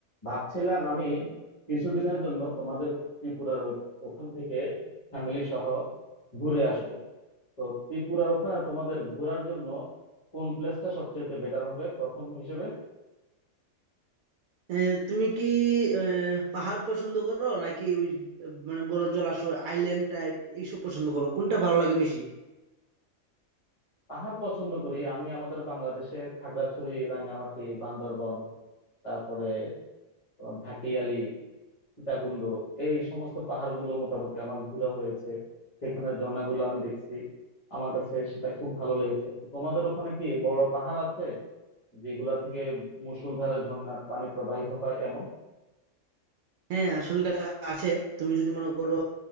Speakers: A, on the left; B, on the right.
A: ভাবছিলাম আমি কিছুদিনের জন্য তোমাদের ত্রিপুরার ওই- ওখান থেকে ফ্যামিলি সহ ঘুরে আসব তো ত্রিপুরার ওখানে তোমাদের ঘোরার জন্য কোন প্লেসটা সবচেয়ে বেটার হবে প্রথম হিসেবে
B: এ, তুমি কি এ, পাহাড় পছন্দ করো নাকি ওই আহ, মানে বড় জলাশয় আইল্যান্ড টাইপ এইসব পছন্দ করো কোনটা ভালো লাগে বেশি
A: পাহাড় পছন্দ করি আমি আমাদের বাংলাদেশে খাগড়াছড়ি রাঙ্গামাটি বান্দরবন তারপরে তোমার ভাটিয়ালি সীতাকুণ্ড এই সমস্ত পাহাড়গুলো মোটামুটি আমার ঘোরা হয়েছে সেখানে ঝর্ণাগুলো আমি দেখছি আমার কাছে সেটা খুব ভালো লেগেছে তো তোমাদের ওখানে কি বড় পাহাড় আছে যেগুলা থেকে মুষলধারে ঝর্ণার পানি প্রবাহিত হয় এমন
B: হ্যাঁ আসলে আছে তুমি যদি মনে করো